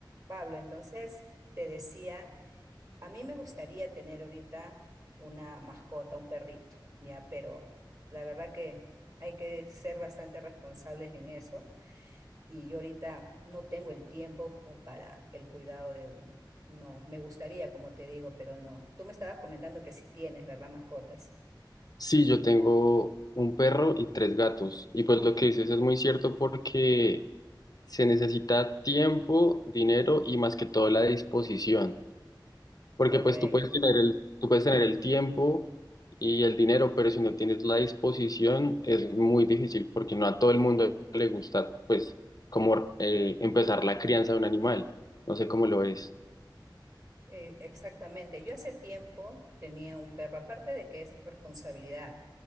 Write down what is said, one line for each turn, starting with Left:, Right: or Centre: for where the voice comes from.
Right: Pablo, entonces te decía, a mí me gustaría tener ahorita una mascota, un perrito, ya, pero la verdad que hay que ser bastante responsables en eso y yo ahorita no tengo el tiempo como para el cuidado de uno. No, me gustaría, como te digo, pero no. Tú me estabas comentando que sí tienes, ¿verdad? Mascotas.
Left: Sí, yo tengo un perro y tres gatos. Y pues lo que dices es muy cierto porque se necesita tiempo, dinero y más que todo la disposición. Porque
Right: Correcto.
Left: pues tú puedes tener el, tú puedes tener el tiempo y el dinero, pero si no tienes la disposición es muy difícil porque no a todo el mundo le gusta pues como eh, empezar la crianza de un animal. No sé cómo lo es.
Right: Eh, exactamente. Yo hace tiempo tenía un perro, aparte de que es responsabilidad,